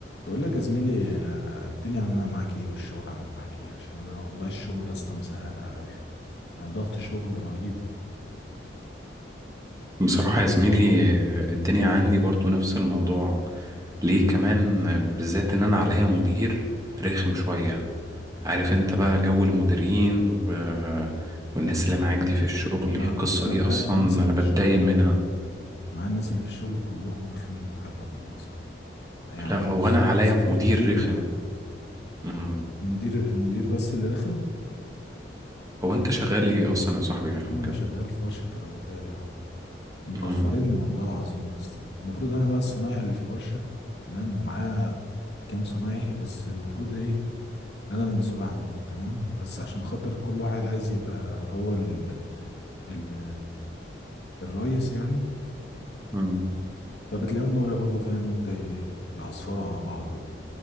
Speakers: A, on the left; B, on the right.
A: بقول لك يا زميلي آه، الدنيا عامله معاك ايه والشغل عامل معاك ايه عشان انا والله الشغل يا اسطى مزهقان على الاخر انا ضغط شغل رهيب
B: بصراحة يا زميلي الدنيا عندي برضو نفس الموضوع ليه كمان بالذات ان انا عليا مدير رخم شوية عارف انت بقى جو المديرين و... والناس اللي معاك دي في الشغل
A: انا
B: القصة
A: ده انا
B: دي
A: معايا
B: اصلا
A: الناس اللي
B: انا
A: في
B: بتضايق
A: الشغل كلهم
B: منها
A: معايا الناس اللي في الشغل كلهم رخمين وحياة ربنا صح يعني
B: لا هو
A: بص
B: انا عليا
A: عصافير
B: مدير
A: كتير
B: رخم
A: كمان
B: مم.
A: المدير المدير بس اللي رخم
B: هو انت شغال ايه اصلا يا صاحبي عشان
A: يا عم انا
B: كده
A: شغال في ورشه تلاموتال يا عم مكفرني
B: مم.
A: والله العظيم يا اسطى المفروض انا بقى الصنايعي اللي في الورشه تمام ومعاه كام صنايعي بس المفروض ايه انا المسؤول عنهم تمام بس عشان خاطر كل واحد عايز يبقى هو ال ال الرئيس يعني
B: مم.
A: فبتلاقيهم بقى بيقعدوا فاهم انت ي- يعصفروا على بعض